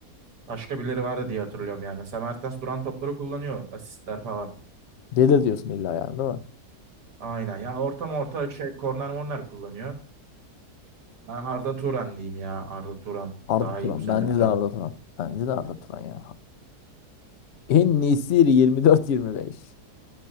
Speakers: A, on the right; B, on the left.
A: Başka birileri vardı diye hatırlıyorum yani. Mesela Mertens duran topları kullanıyor. Asistler falan.
B: Gelir diyorsun illa yani değil mi?
A: Aynen. Ya orta orta şey korner morner kullanıyor. Ben Arda Turan diyeyim ya. Arda Turan
B: Arda
A: daha
B: Turan.
A: iyi bu sebepten.
B: Bence de Arda Turan. Bence de Arda Turan ya. En Nesiri 24-25.